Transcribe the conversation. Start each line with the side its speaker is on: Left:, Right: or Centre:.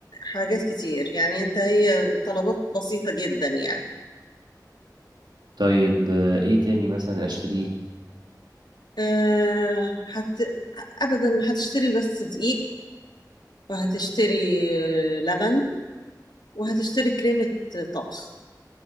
Left: حاجات كتير يعني انت هي طلبات بسيطة جدا يعني
Right: طيب آه، إيه تاني مثلا أشتريه
Left: آه هت... أبدا هتشتري بس دقيق وهتشتري لبن وهتشتري كريمة طبخ